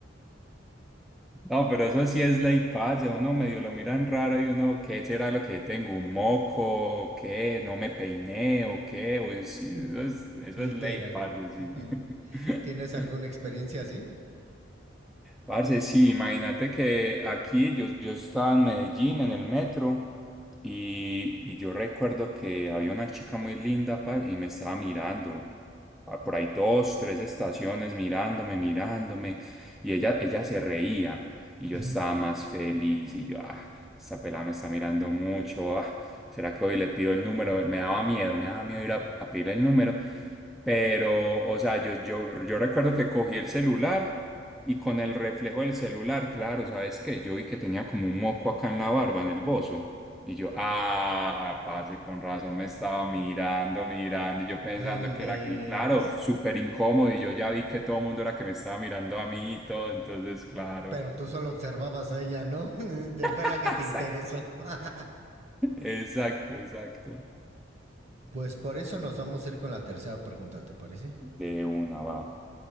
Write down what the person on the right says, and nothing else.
Mm,
Literal.
<laughs>
¿Tienes alguna experiencia así?
<laughs>
No inventes.
Pero tú solo observabas a ella, ¿no? <laughs>
Fue la que te
interesó. <laughs>
Pues por eso nos vamos a ir con la tercera pregunta, ¿te parece?